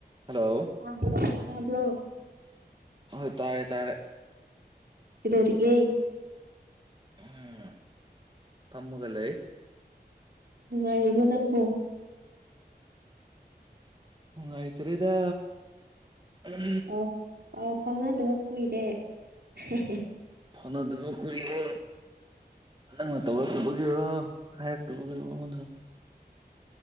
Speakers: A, on the right (about 30°); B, on the right (about 70°).
A: ꯍꯜꯂꯣ
B: ꯇꯕ꯭ꯔꯣ ꯇꯕ꯭ꯔꯣ
A: ꯍꯣꯏ ꯇꯥꯔꯦ ꯇꯥꯔꯦ
B: ꯀꯦꯗꯧꯔꯤꯒꯦ
A: ꯎꯝ ꯐꯝꯃꯒ ꯂꯩ
B: ꯅꯨꯡꯉꯥꯏꯔꯤꯕꯣ ꯅꯪꯕꯣ
A: ꯅꯨꯡꯉꯥꯏꯇ꯭ꯔꯦꯗ ꯎꯝ
B: ꯄꯥꯎ ꯄꯥꯎ ꯐꯥꯎꯅꯗꯕ ꯀꯨꯏꯔꯦ ꯍꯦꯍꯦ
A: ꯐꯥꯎꯅꯗꯕ ꯀꯨꯢꯔꯦ ꯅꯪꯅ ꯇꯧꯔꯛꯇꯒꯤꯔꯣ ꯍꯥꯏꯔꯛꯇꯕ ꯑꯩꯉꯣꯟꯗ